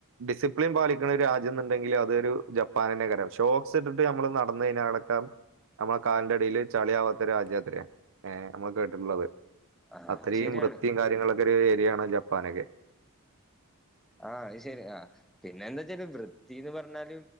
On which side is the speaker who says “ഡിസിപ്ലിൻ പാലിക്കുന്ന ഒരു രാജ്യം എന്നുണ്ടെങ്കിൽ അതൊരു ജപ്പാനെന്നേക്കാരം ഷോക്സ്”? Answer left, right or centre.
Right